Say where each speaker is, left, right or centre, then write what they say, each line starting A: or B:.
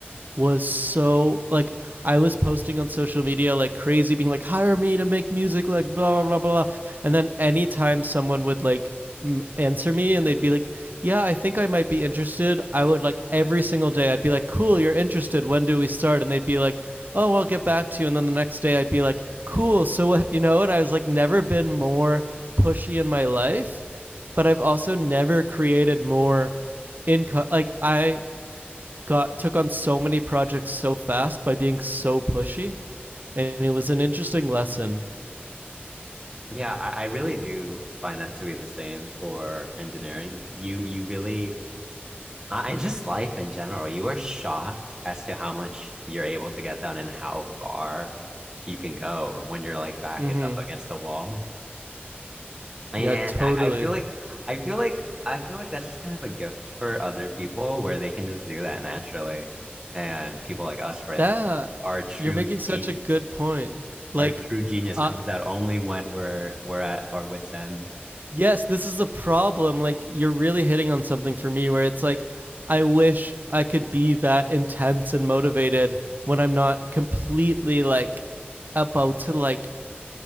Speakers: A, on the right (about 50°); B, on the right (about 15°).
A: was so like I was posting on social media like crazy, being like, hire me to make music, like blah blah blah blah. And then anytime someone would like m- answer me and they'd be like, yeah, I think I might be interested, I would like every single day I'd be like, cool, you're interested. When do we start? And they'd be like, oh, I'll get back to you. And then the next day I'd be like, cool. So what, you know? And I was like, never been more pushy in my life, but I've also never created more income. Like I got took on so many projects so fast by being so pushy, and it was an interesting lesson.
B: yeah, I, I really do find that to be the same for engineering. You you really Uh, and just life in general, you are shocked as to how much you're able to get done and how far you can go when your like back
A: Mm-hmm.
B: is up against the wall. Yeah,
A: Yeah, totally.
B: And I, I feel totally. like I feel like I feel like that's just kind of a gift for other people where they can just do that naturally. And people like us, for instance,
A: That
B: our true
A: you're making
B: genius,
A: such a good point. Like,
B: our true genius
A: uh,
B: comes out only when we're we're at our wits' end.
A: yes, this is a problem. Like, you're really hitting on something for me where it's like, I wish I could be that intense and motivated when I'm not completely like about to like